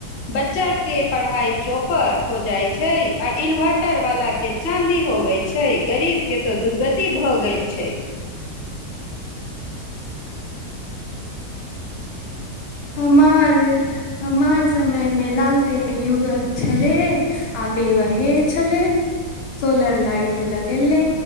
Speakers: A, on the left; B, on the left.
A: बच्चा।। केँ पढ़ाई चौपट हो जाइत छैक आ इन्वर्टर वाला केँ चाँदी होवय छैक। छै गरीब केँ तऽ दुर्गति भऽ गेल छैक।
B: हमार समय मे लालटेन युग छलैक आ इ बेहे छलैक सोलर लाइट लगेले